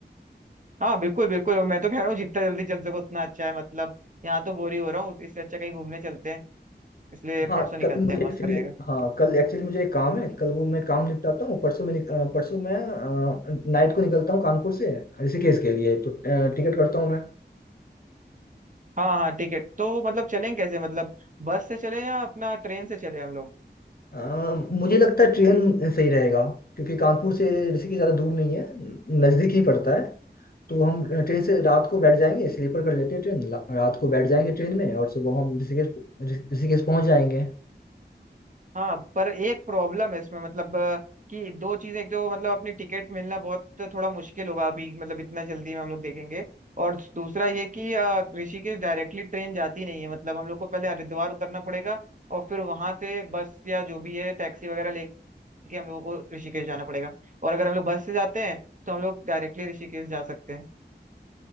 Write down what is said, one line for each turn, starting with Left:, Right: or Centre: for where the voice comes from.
Right: हाँ बिल्कुल बिल्कुल और मैं तो कह रहा हूँ जितना जल्दी चल सको उतना अच्छा है मतलब यहाँ तो बोर ही हो रहा हूँ इससे अच्छा कहीं घूमने चलते हैं इसलिए
Left: हाँ
Right: परसों निकलते
Left: कल मुझे
Right: हैं मस्त
Left: एक्चुअली
Right: रहेगा
Left: हाँ कल एक्चुअली मुझे एक काम है कल वो मैं काम निपटाता हूँ परसों मैं निक- अ, परसों मैं नाइट को निकलता हूँ कानपुर से ऋषिकेश के लिए तो अ, टिकट करता हूँ मैं
Right: हाँ हाँ ठीक है तो मतलब चलें कैसे मतलब बस से चले या अपना ट्रेन से चले हम लोग
Left: अ, मुझे लगता है ट्रेन सही रहेगा क्योंकि कानपुर से ऋषिकेश ज़्यादा दूर नहीं है नज़दीक ही पड़ता है तो हम ट्रेन से रात को बैठ जाएंगे स्लीपर कर लेते हैं ट्रेन ला- रात को बैठ जाएंगे ट्रेन में और सुबह हम ऋषिकेश ऋ- ऋषिकेश पहुंच जाएंगे
Right: हाँ पर एक प्रॉब्लम है इसमें मतलब अ, कि दो चीजें एक तो मतलब अपनी टिकट मिलना बहुत थोड़ा मुश्किल होगा अभी मतलब इतना जल्दी में हम लोग देखेंगे और दूसरा ये कि अ, ऋषिकेश डायरेक्टली ट्रेन जाती नहीं है मतलब हम लोग को पहले हरिद्वार उतरना पड़ेगा और फिर वहां से बस या जो भी है टैक्सी वगैरह ले कि हम लोगों को ऋषिकेश जाना पड़ेगा और अगर हम लोग बस से जाते हैं तो हम लोग डायरेक्टली ऋषिकेश जा सकते हैं